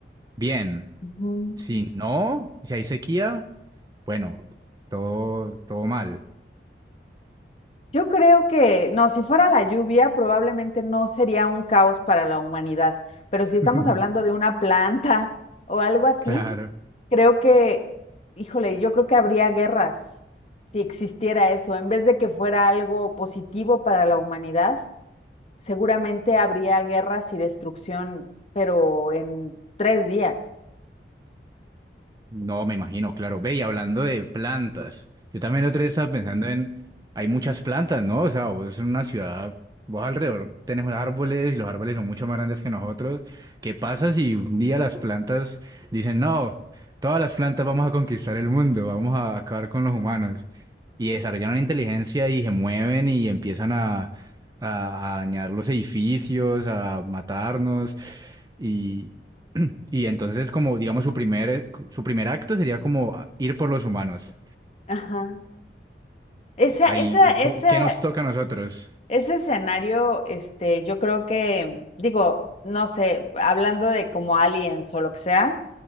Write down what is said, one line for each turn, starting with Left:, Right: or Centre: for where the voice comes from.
Right: bien.
Left: Ujú.
Right: Si no, si hay sequía, bueno, todo, todo mal.
Left: Yo creo que, no, si fuera la lluvia, probablemente no sería un caos para la humanidad, pero si estamos
Right: <laughs>
Left: hablando de una planta <laughs> o algo así,
Right: Claro,
Left: creo que, híjole, yo creo que habría guerras si existiera eso. En vez de que fuera algo positivo para la humanidad, seguramente habría guerras y destrucción, pero en tres días.
Right: no me imagino, claro. Ve, y hablando de plantas, yo también la otra vez estaba pensando en, hay muchas plantas, ¿no? O sea, vos en una ciudad, vos alrededor tenés unos árboles y los árboles son mucho más grandes que nosotros. ¿Qué pasa si un día las plantas dicen, no, todas las plantas vamos a conquistar el mundo, vamos a acabar con los humanos? Y desarrollan una inteligencia y se mueven y empiezan a, a, a dañar los edificios, a matarnos. Y, Y entonces, como digamos, su primer, su primer acto sería como ir por los humanos.
Left: Ajá. Esa,
Right: Ahí,
Left: esa,
Right: co-
Left: esa,
Right: ¿qué nos toca a nosotros?
Left: Ese escenario, este, yo creo que, digo, no sé, hablando de como aliens o lo que sea,